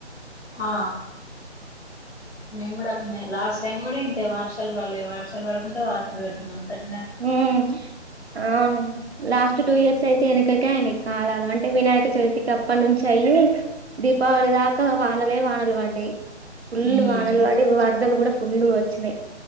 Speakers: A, on the left (about 70°); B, on the right (about 60°).
A: ఆ నేను కూడా అట్ టై లాస్ట్ టైం కూడా ఇంతే వర్షాలు పడలేదు వర్షాలు పడుకుంటే వాటర్ కట్టినా క
B: ఉమ్ అవును లాస్ట్ టూ ఇయర్స్ అయితే వెనకకే ఆయన కాలాలు అంటే వినాయక చవితికి అప్పటి నుంచి అయ్యి దీపావళి దాకా వానలే వానలు పడాయి ఫుల్
A: ఉమ్
B: వానలు పడి వరదలు కూడా ఫుల్ వచ్చినాయి